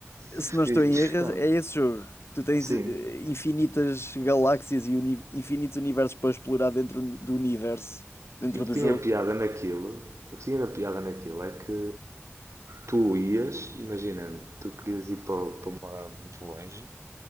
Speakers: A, on the right; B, on the left.
A: Eu
B: se
A: fiquei
B: não estou em
A: chocado.
B: erro, é esse jogo. Tu tens
A: Sim.
B: eh, infinitas galáxias e uni- infinitos universos para explorar dentro do universo, dentro
A: E o que
B: do
A: tinha
B: jogo.
A: piada naquilo, o que tinha na piada naquilo é que tu ias, imagina, tu querias ir para, para uma muito longe,